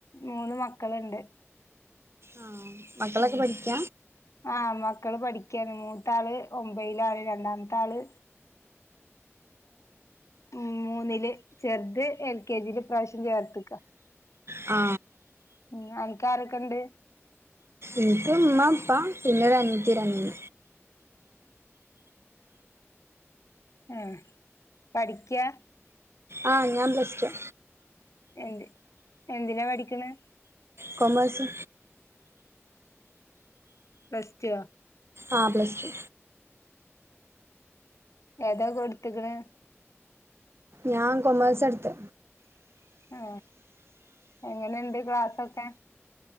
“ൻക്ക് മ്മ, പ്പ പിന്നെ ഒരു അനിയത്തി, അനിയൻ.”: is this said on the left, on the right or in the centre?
Right